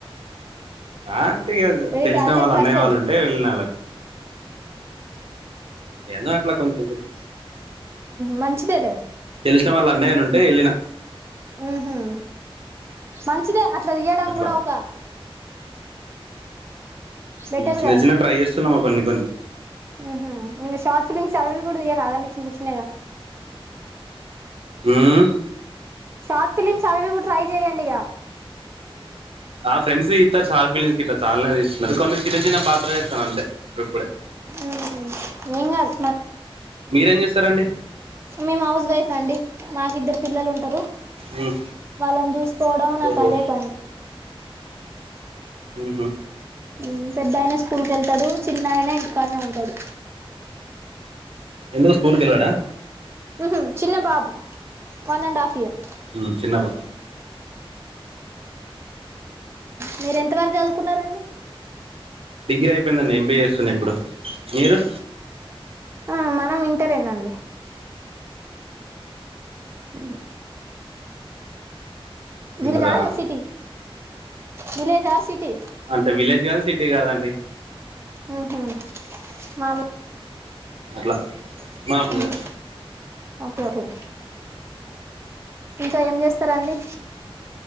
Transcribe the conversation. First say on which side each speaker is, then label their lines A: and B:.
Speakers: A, on the right (about 70°); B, on the right (about 25°).
A: ఆ అంతియిగా
B: వెరీ
A: తెలిసిన
B: టాలెంటెడ్
A: వాళ్ళ అన్నయ్య
B: పర్సన్
A: వాళ్ళు ఉంటే వెళ్ళిన అన్లకు ఏదో అట్లా కొంచెం కొంచెం
B: మంచిదే లే
A: తెలిసిన వాళ్ళ అన్నయ్యలు ఉంటే వెళ్ళిన
B: మ్మ్ హ్హ్ మంచిదే అట్లా తీయడం
A: అట్లా
B: కూడా ఒక బెటర్
A: చిన్న చిన్నగా ట్రై చేస్తున్నాము కొన్ని కొన్ని
B: మ్మ్ హ్ ఇంకా షార్ట్ ఫిలిమ్స్ అవి కూడా తీయరాదండి చిన్న చిన్నగా
A: మ్మ్ హ్
B: షార్ట్ ఫిలిమ్స్ అవ్వి కూడా ట్రై చేయండి ఇగ
A: ఆ ఫ్రెండ్స్ తీస్తారు షార్ట్ ఫిలిమ్స్ గిట్ల చాలానే తీస్తున్నారు కొన్ని చిన్న చిన్నవి పాత్రలు చేస్తాను అంతే ఇప్పుడే
B: ఉహు ఏం కాదు
A: మీరేం చేస్తారండి
B: నేను హౌస్ వైఫ్ అండి మాకు ఇద్దరు పిల్లలు ఉంటారు
A: మ్
B: వాళ్ళని చూసుకోవడం నాకు
A: ఓహో
B: అదే పని
A: మ్ హు
B: మ్మ్ పెద్దయన స్కూల్ కి వెళ్తాడు చిన్నయన ఇంటికాన్నే ఉంటాడు
A: ఎందుకు స్కూల్కి వెళ్ళాడా
B: మ్మ్ హ్ చిన్న బాబు వన్ అండ్ హాఫ్ ఇయర్
A: మ్మ్ చిన్న బా
B: మీరు ఎంతవరకు చదువుకున్నారండి
A: డిగ్రీ అయిపోయిందండి ఎంబీఏ చేస్తున్న ఇప్పుడు మీరు
B: ఆ మనం ఇంటరేనండి ఆ విలేజా
A: ఇంటరా
B: ఆ సిటీ విలేజా అ సిటీ
A: అంటే విలేజ్ కాదు సిటీ కాదండి
B: ఉహు మామూలుగా
A: అట్లా మాముూలుగా
B: ఉహు ఓకే ఓకే ఇంకా ఏం చేస్తారండి